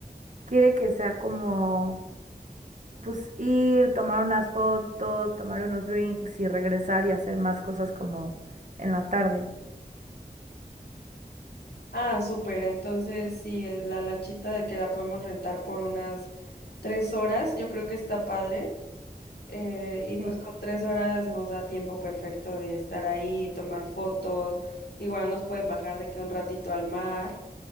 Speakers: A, on the right; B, on the left.
A: quiere que sea como pues ir, tomar unas fotos, tomar unos drinks y regresar y hacer más cosas como en la tarde.
B: Ah, súper, entonces sí, es la lanchita de que la podemos rentar por unas tres horas, yo creo que está padre. Eh, y pues
A: Sí,
B: con tres horas nos da tiempo perfecto de estar ahí, tomar fotos. Igual nos pueden bajar de que un ratito al mar